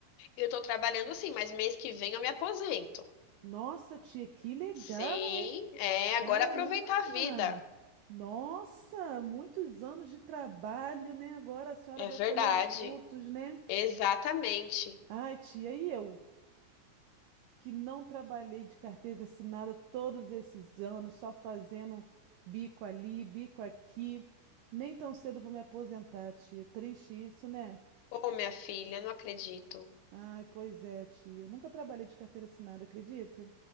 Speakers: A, on the left (about 80°); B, on the right (about 85°).
A: Eu tô trabalhando assim, mas mês que vem eu me aposento.
B: Nossa, tia, que legal,
A: Sim,
B: hein?
A: é,
B: Caramba!
A: agora aproveitar a vida.
B: Nossa, muitos anos de trabalho, né? Agora a senhora
A: É
B: vai
A: verdade,
B: colher os frutos, né?
A: exatamente.
B: Ai, tia, e eu, que não trabalhei de carteira assinada todos esses anos, só fazendo bico ali, bico aqui. Nem tão cedo vou me aposentar, tia. Triste isso, né?
A: Ô, minha filha, não acredito.
B: Ai, pois é, tia. Eu nunca trabalhei de carteira assinada, acredita?